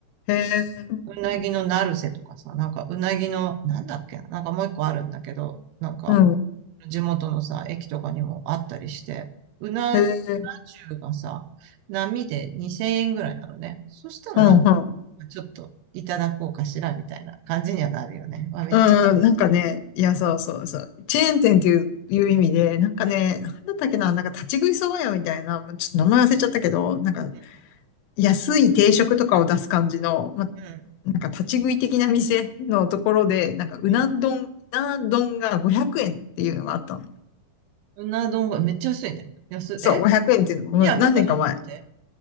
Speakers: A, on the left; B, on the right.
A: へえ、
B: うなぎのナルセとかさ、なんかうなぎの、なんだっけな、なんかもう一個あるんだけど、なんか
A: うん。
B: 地元のさ、駅とかにもあったりして、うな、
A: へえ、
B: うな重がさ、波で2000円ぐらいなのね。そしたらなんか、
A: うん、うん。
B: ちょっといただこうかしらみたいな感じにはなるよね。わ、めっちゃ、
A: うん、なんかね、いや、そうそうそう。チェーン店っていう、いう意味で、なんかね、
B: う
A: なんだったっけな、なんか立ち食いそば屋みたいな、もうちょっと名前忘れちゃったけど、なんか
B: ん、
A: 安い定食とかを出す感じの、まあ
B: うん、
A: なんか立ち食い的な店のところで、なんかうな丼、
B: うん。うん
A: うな丼が500円っていうのがあったの。
B: うな丼がめっちゃ安いね。安い、
A: そう、
B: えすき家とかじゃなくて
A: 500円っていうのもう何年か前。ん